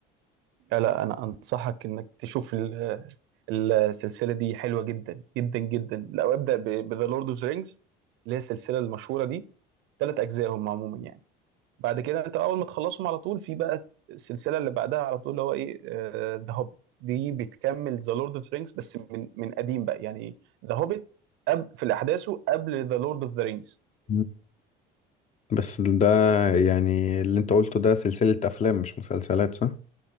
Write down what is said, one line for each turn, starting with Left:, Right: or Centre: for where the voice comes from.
Right: لا لا انا انصحك انك تشوف ال- السلسله دي حلوه جدا جدا جدا لو ابدا بذا لورد اوف ذا رينجز اللي هي السلسله المشهوره دي ثلاث اجزاء هم عموما يعني بعد كده انت اول ما تخلصهم على طول في بقى السلسله اللي بعدها على طول اللي هو ايه ذا هوبيت دي بتكمل ذا لورد اوف ذا رينجز بس من من قديم بقى يعني ذا هوبيت في احداثه قبل ذا لورد اوف ذا رينجز
Left: مم. بس ده يعني اللي انت قلته ده سلسلة افلام مش مسلسلات صح؟